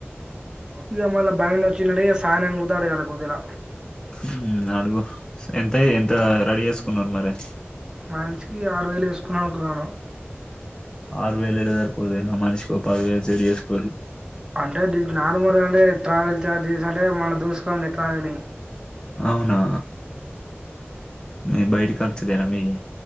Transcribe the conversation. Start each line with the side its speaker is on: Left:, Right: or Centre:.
Right: ఇగా మళ్ళ <unintelligible> వచ్చిండట <unintelligible> ఓదెల
Left: ఊ అడుగు ఎంత ఎంత రడీ చేసుకున్నారు మరే
Right: మనిషికి ఆరువేలు వేసుకుదాం అనుకున్నాను
Left: ఆరు వేలు ఏడ సరిపోతయ్ అన్న మనిషికి ఓ పదివేలు సెట్ చేసుకోర్రి
Right: అంటే దీని నార్మల్గా అంటే ట్రావెల్ చార్జెస్ అంటే మన దోస్తుగాన్దే ట్రావెలింగ్
Left: అవునా మీయి బయిటి ఖర్చులేనా మీయి